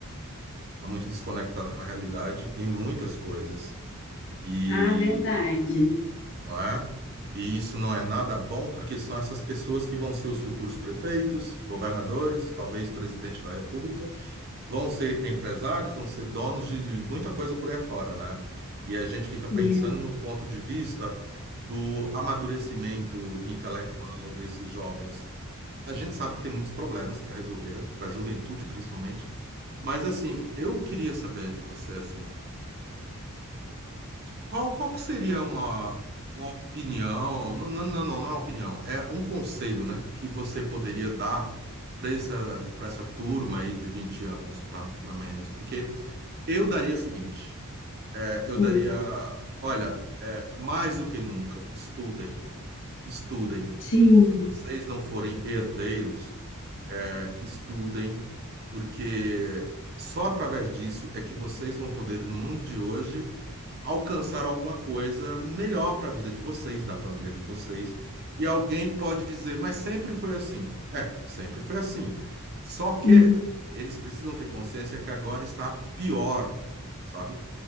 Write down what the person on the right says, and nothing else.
está muito desconectada com a realidade em muitas coisas. E
não é? E isso não é nada bom, porque são essas pessoas que vão ser os futuros prefeitos, governadores, talvez presidente da República, vão ser empresários, vão ser donos de muita coisa por aí afora, né? E a gente fica pensando
no ponto de vista do amadurecimento intelectual desses jovens. A gente sabe que tem muitos problemas para resolver, para a juventude principalmente, mas assim, eu queria saber de você assim. Qual, qual que seria uma, uma opinião? Não, não, não, não não é uma opinião, é um conselho, né, que você poderia dar para essa, para essa turma aí de 20 anos para menos? Porque eu daria o seguinte: é, eu
daria, olha, é, mais do que nunca, estudem, estudem.
Se vocês não forem herdeiros, é, estudem, porque só através disso é que vocês vão poder, no mundo de hoje, alcançar alguma coisa melhor para a vida de vocês, da família de vocês. E alguém pode dizer, mas sempre foi assim. É, sempre foi assim. Só que
eles precisam ter consciência que agora está pior, sabe?